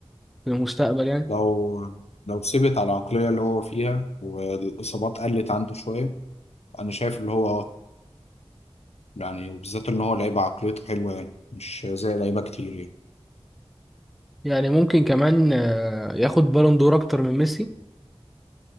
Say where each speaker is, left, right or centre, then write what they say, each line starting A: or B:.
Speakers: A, in the centre; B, on the left (about 80°).
A: في المستقبل يعني
B: لو لو ثبت على العقلية اللي هو فيها والإصابات قلت عنده شوية أنا شايف اللي هو يعني بالذات إن هو لعيبة عقليته حلوة يعني مش زي لعيبة كتير يعني.
A: يعني ممكن كمان آه، ياخد بالون دور اكتر من ميسي